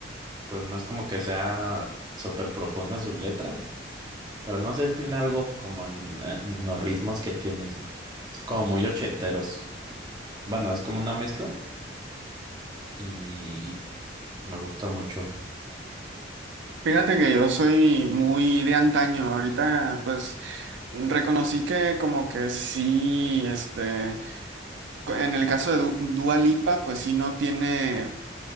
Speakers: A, on the right; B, on the right.
A: pues no es como que sea súper profunda sus letras, pero no sé, tiene algo como en, eh, en los ritmos que tiene, como muy ochenteros. Bueno, es como una mezcla y me gusta mucho.
B: Fíjate que yo soy muy de antaño. Ahorita, pues, reconocí que como que sí, este, co- en el caso de Du- Dua Lipa, pues sí no tiene,